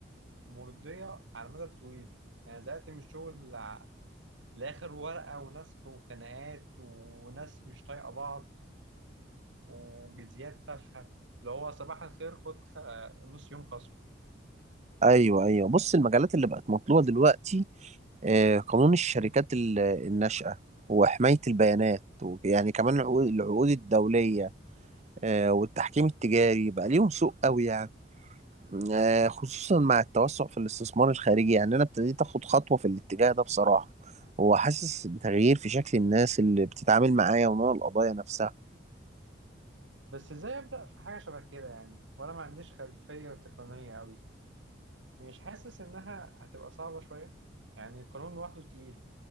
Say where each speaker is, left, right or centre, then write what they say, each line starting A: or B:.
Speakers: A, on the right; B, on the right.
A: مرضية على المدى الطويل يعني زهقت من الشغل لآخر ورقة ونسخ وخناقات وناس مش طايقة بعض وجزيات تافهة اللي هو صباح الخير خد خ... نص يوم خصم
B: ايوه ايوه بص المجالات اللي بقت مطلوبه دلوقتي آه، قانون الشركات ال- الناشئه وحمايه البيانات ويعني كمان العقود العقود الدوليه آه، والتحكيم التجاري بقى ليهم سوق قوي يعني آه، خصوصا مع التوسع في الاستثمار الخارجي يعني انا ابتديت اخد خطوه في الاتجاه ده بصراحه وحاسس بتغيير في شكل الناس اللي بتتعامل معايا ونوع القضايا نفسها
A: بس ازاي أبدأ في حاجة شبه كده يعني وأنا ما عنديش خلفية تقنية أوي مش حاسس إنها هتبقى صعبة شوية يعني القانون لوحده تقيل